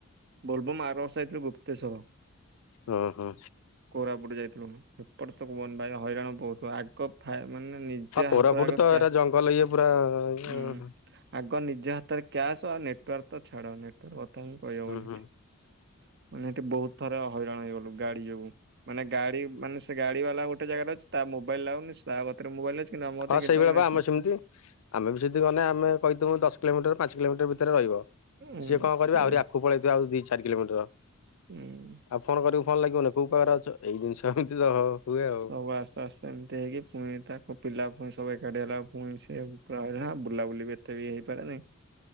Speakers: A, on the right; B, on the left.
A: ବୋଲବମ ଆର ବର୍ଷ ଯାଇଥିଲୁ ଗୁପ୍ତେଶ୍ଵର
B: ହଁ ହଁ
A: କୋରାପୁଟୁ ଯାଇଥିଲୁନୁ। ହେପଟେ ତ କୁହନି ଭାଇ ହଇରାଣ ବୋହୁତୁ ଆଗ ଫା ମାନେ ନି
B: ହଁ
A: ଜା
B: କୋରାପୁଟ
A: ହାତ ଆଗ
B: ତ
A: କା
B: ଏରା ଜଙ୍ଗଲ ଇଏ ପୁରା ହୁଁ
A: ଉଁ ଆଗ ନିଜ ହାତରେ କ୍ୟାସ ଆଉ ନେଟୱାର୍କ ତ ଛାଡ ନେଟୱାର୍କ କଥା ହିଁ କହି ହବନି ଏଠି।
B: ହୁଁ
A: ମାନେ ଏଠି ବୋହୁତ ଥର ହଇରାଣ ହେଇଗଲୁ ଗାଡି ଯୋଗୁଁ। ମାନେ ଗାଡି ମାନେ ସେ ଗାଡିବାଲା ଗୋଟେ ଜାଗାରେ ଅଛି ତା ମୋବାଇଲ୍ ଲାଗୁନି ସା କତିରେ ମୋବାଇଲ୍ ଅଛି। କିନ୍ତୁ ଆମ କତିରେ
B: ହଁ
A: କିନ୍ତୁ
B: ସେଇଭଳିଆ ବା
A: ସେ
B: ଆମେ ସିମତି ଆମେ ବି ସେଇଠି ଗନେ ଆମେ କହିିଥିମୁ ଦଶ କିଲୋମିଟର ପାଞ୍ଚ କିଲୋମିଟର ଭି ତେରେ ରହିବ
A: ଉଁ
B: ସିଏ କଁ କରିବେ
A: ସେ
B: ଆହୁରି ଆଗୁକୁ ପଳେଇଥିବେ ଆଉ ଦି ଚାରି କିଲୋମିଟର।
A: ଉଁ
B: ଆଉ ଫୋନ କରିବୁ ଫୋନ୍ ଲାଗିବନି କୋଉ ପାଖେରେ ଅଛ ଏଇ ଜିନିଷ ହିନ୍ତି ତ ହ ହୁଏ ଆଉ।
A: ସବୁ ଆସ୍ତେ ଆସ୍ତେ ଏମତି ହେଇକି ଫୁଣି ତାକୁ ପିଲା ଫୁଣି ସବୁ ଏକାଠି ହେଲାକୁ ଫୁଣି ମିଶି <unintelligible> ବୁଲାବୁଲି ବି ଏତେ ବି ହେଇପାରେ ନାହିଁ।